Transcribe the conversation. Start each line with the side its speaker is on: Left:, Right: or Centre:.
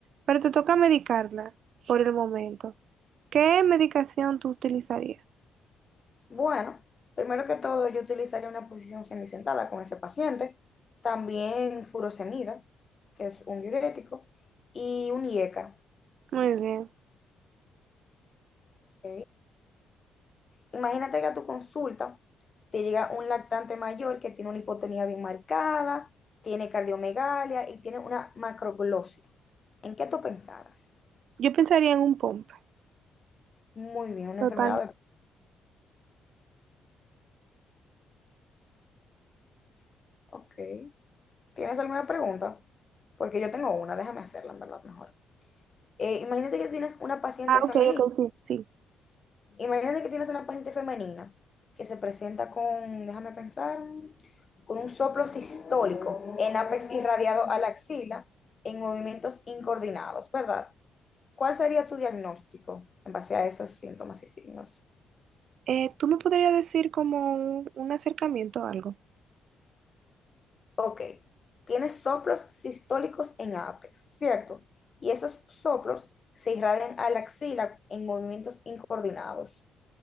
Right: Pero te toca medicarla por el momento. ¿Qué medicación tú utilizarías?
Left: Bueno, primero que todo, yo utilizaría una posición semisentada con ese paciente, también furosemida, que es un diurético, y un IECA,
Right: Muy bien.
Left: ¿ok? Imagínate que a tu consulta te llega un lactante mayor que tiene una hipotonía bien marcada, tiene cardiomegalia y tiene una macroglosia. ¿En qué tú pensaras?
Right: Yo pensaría en un POMP.
Left: Muy bien, una
Right: Total.
Left: enfermedad de... Ok. ¿Tienes alguna pregunta? Porque yo tengo una, déjame hacerla, en verdad, mejor. Eh, imagínate que tienes una paciente
Right: Ah, ok,
Left: femenina.
Right: ok, sí, sí.
Left: Imagínate que tienes una paciente femenina que se presenta con, déjame pensar, con un soplo sistólico en ápex irradiado a la axila en movimientos incoordinados, ¿verdad? ¿Cuál sería tu diagnóstico en base a esos síntomas y signos?
Right: Eh, ¿tú me podrías decir como un, un acercamiento o algo?
Left: Ok, tienes soplos sistólicos en ápex, ¿cierto? Y esos soplos se irradian a la axila en movimientos incoordinados.